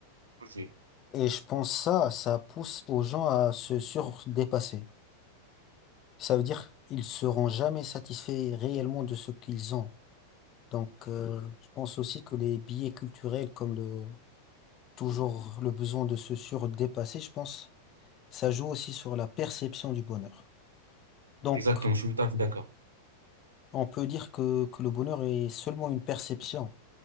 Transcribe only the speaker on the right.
ok.
Exactement, je suis tout à fait d'accord.